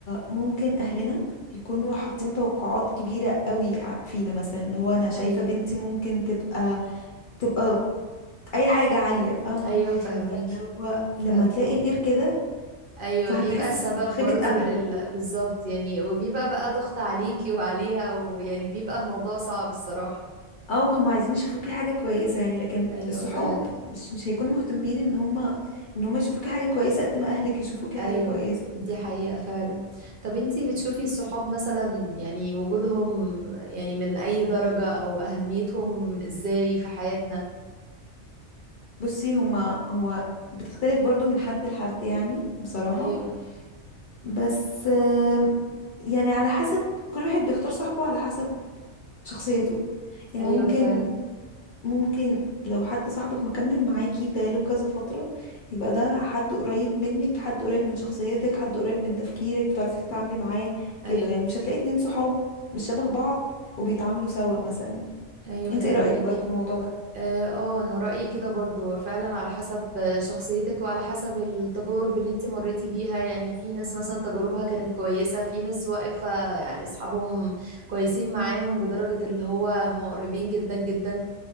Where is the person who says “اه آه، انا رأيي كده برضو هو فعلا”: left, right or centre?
Right